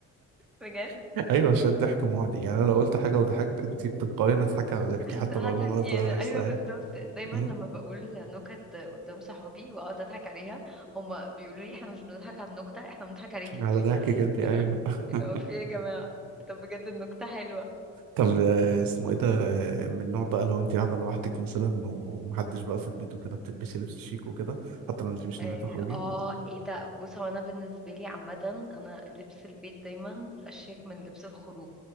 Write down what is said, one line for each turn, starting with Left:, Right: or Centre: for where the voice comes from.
Centre: بجد
Right: <laughs> أيوة عشان الضحك معدي يعني أنا لو قلت حاجة وضحكت أنت تلقائيا هتضحكي على ضحكي
Centre: هت...
Right: حتى
Centre: هضحك
Right: لو اللي أنا قلته
Centre: يعني
Right: ده مش-
Centre: ايوه
Right: أيوة.
Centre: بالظبط دايما
Right: أمم.
Centre: لما بقول نكت قدام صحابي واقعد اضحك عليها هما بيقولوا لي احنا مش بنضحك على النكتة احنا بنضحك عليك
Right: على
Centre: انتي
Right: ضحكك أنت أيوة
Centre: لا
Right: <laughs>
Centre: اللي هو في ايه يا جماعة طب بجد النكتة حلوة
Right: طب آه، اسمه إيه ده آه، من نوع بقى لو أنت قاعدة لوحدك مثلا ومحدش بقى في البيت وكده بتلبسي لبس شيك وكده حتى لو أنت مش
Centre: اه
Right: ناوية تخرجي
Centre: آه، ايه ده بص هو انا بالنسبه لي عامه انا لبس البيت دايما اشيك من لبس الخروج